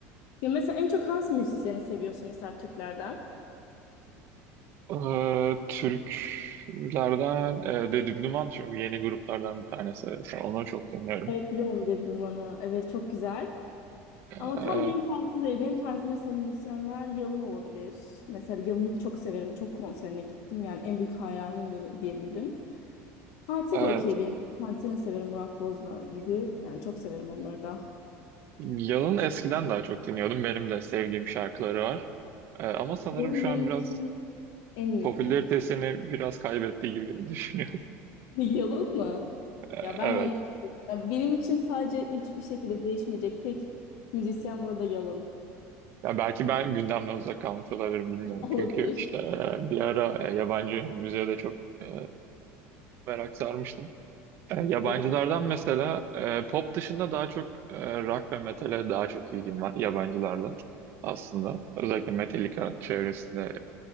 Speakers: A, on the left (about 50°); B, on the right (about 35°).
A: Ya mesela en çok hangi müzisyeni seviyorsun mesela Türklerden?
B: E, Türklerden e, Dedip Duman şu bu yeni gruplardan bir tanesi. Mesela Onu çok dinliyorum.
A: Evet biliyorum dedim bana. Evet çok güzel.
B: E,
A: Ama tam benim tarzım değil. Benim tarzım mesela müzisyenler Yalın olabilir. Mesela Yalın'ı çok severim. Çok konserine gittim. Yani en büyük hayranıyım de, diyebilirim. Partide
B: evet.
A: de okey benim. Partide de severim Murat Bozla gibi. Yani çok severim onları da.
B: Yalın eskiden daha çok dinliyordum. Benim de sevdiğim şarkıları var. E, ama sanırım
A: Yalın
B: şu
A: benim
B: an biraz
A: için en iyisi.
B: popülaritesini biraz kaybettiği gibi <laughs> düşünüyorum.
A: <laughs> Yalın mı?
B: E,
A: Ya ben yanık.
B: evet.
A: Ya benim için sadece hiçbir şekilde değişmeyecek tek müzisyen burada Yalın
B: Ya belki ben gündemden uzak kalmış olabilirim bilmiyorum.
A: <laughs> olabilir.
B: Çünkü işte, e, bir ara e, yabancı müziğe de çok e, merak sarmıştım. E, Yabancılardan
A: Ya ben
B: mesela e, pop dışında daha çok e, rock ve metale daha çok ilgim var yabancılardan aslında. Özellikle Metallica çevresinde